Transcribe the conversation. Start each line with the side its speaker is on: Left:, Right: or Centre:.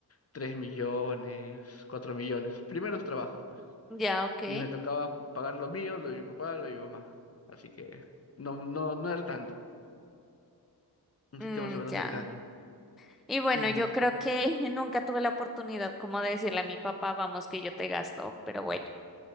Left: 3 millones, 4 millones, primeros trabajos, pues.
Centre: ya, ok.
Left: Y me tocaba pagar lo mío, lo de mi papá, lo de mi mamá. Así que no, no, no era tanto. Un
Centre: Mm,
Left: sitio más o menos
Centre: ya.
Left: cercano.
Centre: Y bueno,
Left: Y
Centre: yo creo que <laughs> nunca tuve la oportunidad como de decirle a mi papá, vamos, que yo te gasto, pero bueno.